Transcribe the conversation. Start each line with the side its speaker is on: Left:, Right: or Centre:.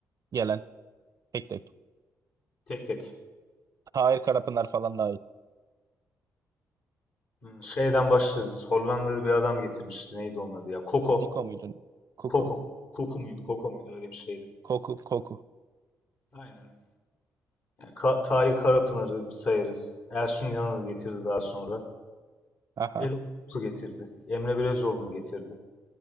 Right: gelen tek tek?
Left: tek tek.
Right: Tahir Karapınar falan dahil.
Left: Hmm, Şeyden başlarız. Hollandalı bir adam getirmişti. Neydi onun adı ya? Koko.
Right: Zico muydu? Kuko.
Left: Koko. Koku muydu? Koko muydu? Öyle bir şeydi.
Right: Koku. Koku.
Left: Aynen. Yani Ka- Tahir Karapınar'ı sayarız. Ersun Yanal'ı getirdi daha sonra.
Right: Aha.
Left: Erol Bulut'u getirdi. Emre Belezoğlu'nu getirdi.